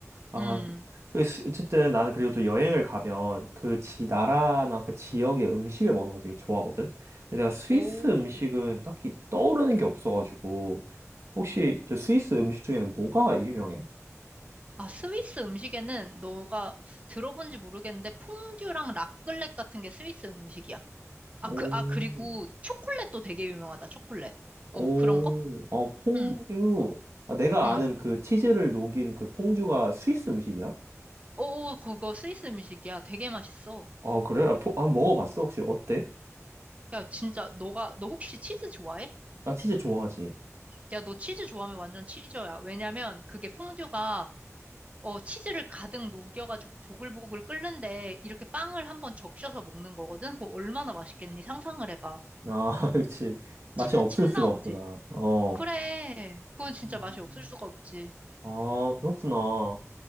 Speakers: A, on the right; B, on the right.
A: 아,
B: 음.
A: 그- 어쨌든 나는 그리고 또 여행을 가면 그 지 나라나 그 지역의 음식을 먹는 거 되게 좋아하거든. 근데 내가 스위스
B: 오.
A: 음식은 딱히 떠오르는 게 없어가지고 혹시 저 스위스 음식 중에는 뭐가 유명해?
B: 아, 스위스 음식에는 너가 들어본지 모르겠는데 퐁듀랑 라클렛 같은 게 스위스 음식이야. 아,
A: 오,
B: 그, 아, 그리고 초콜릿도 되게 유명하다, 초콜릿.
A: 오,
B: 어, 그런 거?
A: 어, 퐁듀.
B: 응,
A: 아, 내가
B: 응.
A: 아는 그 치즈를 녹인 그 퐁듀가 스위스 음식이야?
B: 오, 그거 스위스 음식이야. 되게 맛있어.
A: 아, 그래? 아, 포, 아, 먹어봤어? 혹시 어때?
B: 야, 진짜, 너가, 너 혹시 치즈 좋아해?
A: 나 치즈 좋아하지.
B: 야, 너 치즈 좋아하면 완전 치즈야. 왜냐면 그게 퐁듀가, 어, 치즈를 가득 녹여가지고 보글보글 끓는데 이렇게 빵을 한번 적셔서 먹는 거거든? 그거 얼마나 맛있겠니? 상상을 해봐.
A: 아, <laughs> 그치. 맛이
B: 침,
A: 없을
B: 침
A: 수가
B: 나오지?
A: 없구나. 어.
B: 그래. 그건 진짜
A: 음.
B: 맛이 없을 수가 없지.
A: 아, 그렇구나.